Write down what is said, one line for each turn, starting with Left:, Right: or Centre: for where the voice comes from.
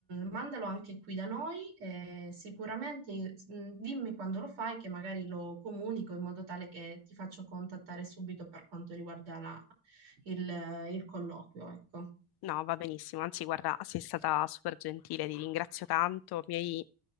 Right: mandalo anche qui da noi, e sicuramente mh, dimmi quando lo fai che magari lo comunico in modo tale che ti faccio contattare subito per quanto riguarda la- il, il colloquio, ecco.
Left: No, va benissimo, anzi guarda, sei stata super gentile, ti ringrazio tanto, mi hai,